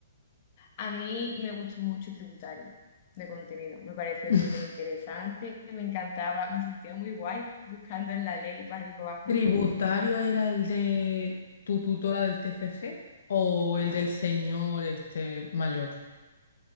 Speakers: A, on the left; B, on the left.
A: A mí me gustó mucho tributario de contenido, me pareció
B: <laughs>
A: súper interesante, me encantaba, me sentía muy guay buscando en la ley para arriba y para abajo.
B: ¿Tributario era el de tu tutora del TFG o el del señor este mayor?